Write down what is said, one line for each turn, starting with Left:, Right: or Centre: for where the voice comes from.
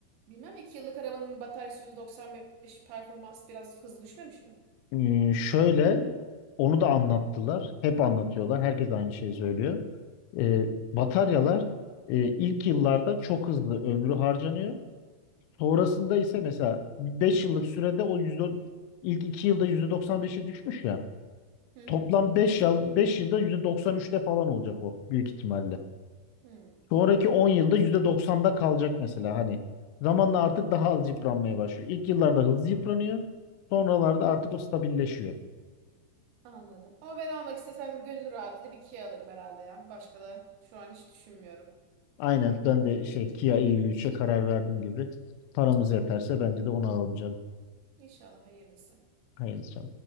Right: Bilmem iki yıllık arabanın bataryası yüzde doksan beş performans biraz hızlı düşmemiş mi?
Left: Ee, şöyle onu da anlattılar. Hep anlatıyorlar. Herkes aynı şeyi söylüyor. Ee, bataryalar e, ilk yıllarda çok hızlı ömrü harcanıyor. Sonrasında ise mesela 5 yıllık sürede o yüzde ilk 2 yılda %95'e düşmüş ya.
Right: Hı hı.
Left: Toplam beş yıl 5 yılda %93'te falan olacak o büyük ihtimalle.
Right: Hmm,
Left: Sonraki 10 yılda %90'da kalacak mesela hani. Zamanla artık daha az yıpranmaya başlıyor. İlk yıllarda hızlı yıpranıyor. Sonralarda artık o stabilleşiyor.
Right: anladım. Ama ben almak istesem gönül rahatlığıyla bir Kia alırım herhalde ya. Başka da şu an hiç düşünmüyorum.
Left: Aynen ben de şey Kia EV3'e karar verdim gibi. Paramız yeterse bence de onu alacağım.
Right: İnşallah hayırlısı.
Left: Hayırlısı.